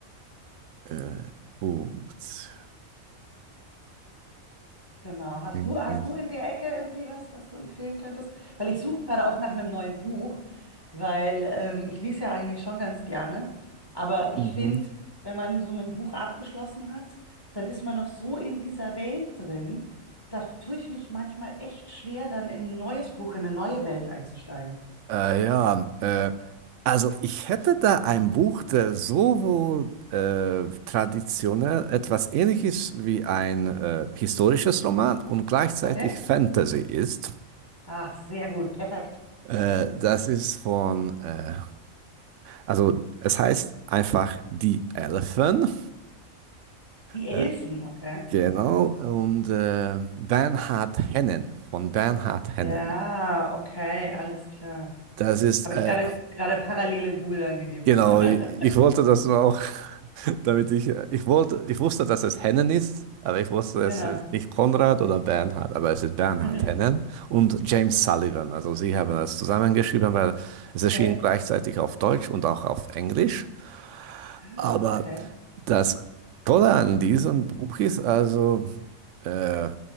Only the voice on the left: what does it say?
Genau. Hast
du, hast du in der Ecke irgendwie was, was du empfehlen könntest? Weil ich suche gerade auch nach einem neuen Buch, weil ähm, ich lese ja eigentlich schon ganz gerne. Aber ich
finde, wenn man so mit einem Buch abgeschlossen hat, dann ist man noch so in dieser Welt drin. Da tue ich mich manchmal echt schwer, dann in ein neues Buch, in eine neue Welt einzusteigen.
Okay?
Ah, sehr gut, perfekt.
Die Elfen,
okay.
Ja, okay, alles klar.
Habe
ich gerade gerade parallel in Google eingegeben.
<laughs>
Genau.
Mhm.
Okay.
Ah,
okay.